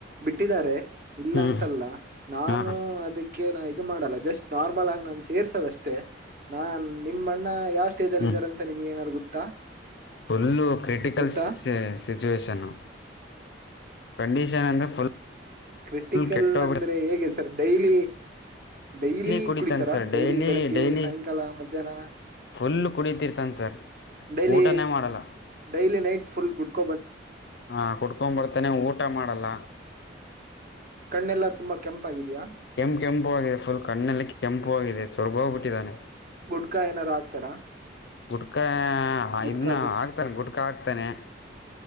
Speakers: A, on the right (about 45°); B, on the left (about 60°).
A: ಬಿಟ್ಟಿದ್ದಾರೆ ಇಲ್ಲ
B: ಹ್ಞೂ
A: ಅಂತಲ್ಲ ನಾನು
B: ಹಾಂ
A: ಅದಕ್ಕೆ ನ ಇದ ಮಾಡಲ್ಲ ಜಸ್ಟ್ ನಾರ್ಮಲ್ ಆಗಿ ನಾನ ಸೇರ್ಸದಷ್ಟೇ. ನಾನ್ ನಿಮ್ಮ ಅಣ್ಣ ಯಾವ್ ಸ್ಟೇಜ್ ಅಲ್ಲಿ
B: ಹ್ಞೂ
A: ಇದ್ದಾರಂತ ನಿಮ್ಗೆ ಏನಾರು ಗೊತ್ತಾ.
B: ಫುಲ್ಲು ಕ್ರಿಟಿಕಲ್ಸ
A: ಗೊತ್ತಾ
B: ಸೆ ಸಿಚುವೇಷನ್ ಕಂಡೀಷನ್ ಅಂದ ಫುಲ್
A: ಕ್ರಿಟಿಕಲ್
B: ಕೆಟ್ಟೋಗ್ಬಿಡ
A: ಅಂದ್ರೆ ಹೇಗೆ ಸರ್ ಡೈಲಿ. ಡೈಲಿ
B: ಕುಡಿತಾನ
A: ಕುಡಿತಾರ
B: ಸರ್
A: ಡೈಲಿ ಬೆಳಿಗ್ಗೆ
B: ಡೈಲಿ
A: ಸಾಯಂಕಾಲ ಮಧ್ಯಾಹ್ನ.
B: ಫುಲ್ ಕುಡಿತಿರ್ತಾನೆ ಸರ್
A: ಡಲಿ
B: ಊಟನೇ ಮಾಡಲ್ಲ
A: ಡೈಲಿ ನೈಟ್ ಫುಲ್ ಕುಡ್ತ
B: ಹ್ಞಾ ಕುಡ್ಕೊಂಡ ಬರ್ತನೆ ಊಟ ಮಾಡಲ್ಲ.
A: ಕಣ್ಣೆಲ್ಲಾ ತುಂಬಾ ಕೆಂಪಾಗಿದೆಯಾ.
B: ಕೆಂಪ ಕೆಂಪಗಾಗಿದೆ ಫುಲ್ ಕಣ್ಣಲ್ಲಿ ಕೆಂಪು ಆಗಿದೆ ಸರಿಗೋಗ ಬಿಟ್ಟಿದ್ದಾನೆ.
A: ಗುಡ್ಕಾ ಏನಾರು ಹಾಕ್ತಾರ.
B: ಗುಟ್ಕಾ
A: ಗುಡ್ಕಾ
B: ಇನ್ನ
A: ಗುಟ್
B: ಆಕ್ತಾನ ಗುಟ್ಕ ಹಾಕ್ತಾನೆ.